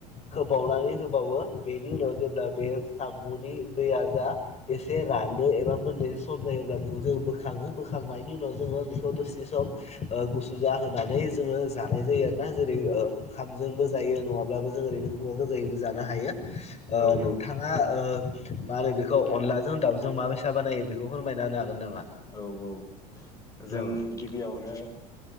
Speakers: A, on the left (about 30°); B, on the left (about 15°).
A: खोबावनानै होबावो बेनि उनाव जेब्ला बे साम'नि दैया जा एसे रानो एबा मोनदैसे स जायोब्ला बेखौ जों बोखाङो बोखांनायनि उनाव जों बेखौ दसे सम गु सु जाहोनानै जोंङो जानाय जायो आरोना जेरै ओंखामजोंबो जायो नङाब्लाबो जों ओरैनो ओरैनोबो जानो हायो
B: औ
A: नोंथांङा ओ मा होनो बेखौ अनलाजों दाउजों माबोरै स बानायो बेखौ फोरमायनाो हागोन नामा?
B: औ औ जों
A: औ
B: गिबियावनो